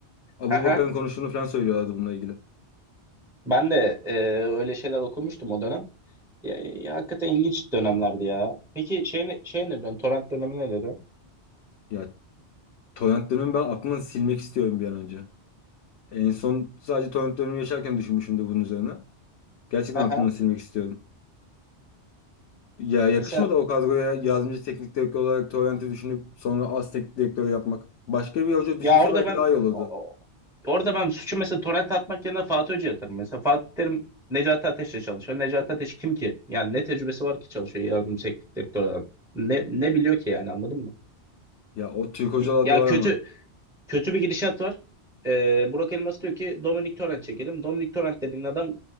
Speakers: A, on the left (about 85°); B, in the centre.
A: Abubakar'ın
B: ha, ha.
A: konuştuğunu falan söylüyorlardı bununla ilgili.
B: Ben de e, öyle şeyler okumuştum o dönem. Ya, ya hakikaten ilginç dönemlerdi ya. Peki şey ne, şey nereden? Torrent dönemi neleri?
A: Ya torrent dönemi ben aklımdan silmek istiyorum bir an önce. En son sadece torrent dönemi yaşarken düşünmüşümdür bunun üzerine. Gerçekten
B: Aha.
A: aklımdan silmek istiyorum. Ya yakışmadı
B: Mesela
A: o kadroya yardımcı teknik direktör olarak Torrent'i düşünüp sonra az teknik direktör yapmak. Başka bir hoca düşünse
B: ya orada
A: belki
B: ben
A: daha iyi olurdu.
B: o- o- orada ben suçu mesela torrent atmak yerine Fatih Hoca'ya atarım. Mesela Fatih Terim Necati Ateş'le çalışıyor. Necati Ateş kim ki? Yani ne tecrübesi var ki çalışıyor yardım teknik direktör adam. Ne, ne biliyor ki yani anladın mı?
A: Ya o Türk hocalarda
B: Ya
A: var
B: kötü
A: ama.
B: kötü bir gidişat var. Ee, Burak Elmas diyor ki Dominic Torrent çekelim. Dominic Torrent dediğin adam